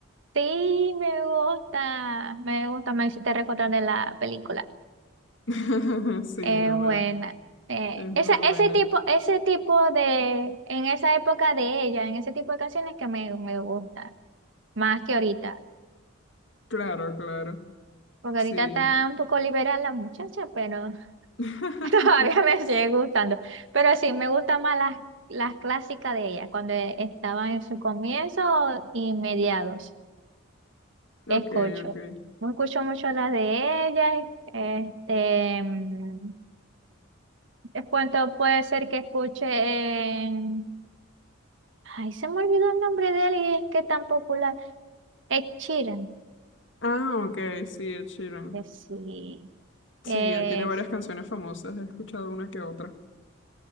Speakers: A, on the right (about 65°); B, on the left (about 60°).
A: Sí, me gusta, me gusta, me hiciste recordar de la película.
B: <laughs> Sí,
A: Es
B: no,
A: buena.
B: ¿verdad?
A: Eh,
B: Es muy
A: esa, ese
B: buena.
A: tipo, ese tipo de, en esa época de ella, en ese tipo de canciones que me, me gusta, más que ahorita.
B: Claro, claro.
A: Porque
B: Sí.
A: ahorita está un poco liberal la muchacha, pero
B: <laughs>
A: <laughs> todavía me sigue gustando. Pero sí, me gustan más las, las clásicas de ella, cuando estaba en su comienzo y mediados. Escucho,
B: Ok, ok.
A: no escucho mucho las de ella, Este, mm, en cuanto puede ser que escuche en... Ay, se me olvidó el nombre de él y es que tan popular. Ed Sheeran.
B: Ah, ok, sí, Ed Sheeran.
A: Eh, Sí.
B: Sí,
A: Este,
B: él tiene varias canciones famosas, he escuchado una que otra.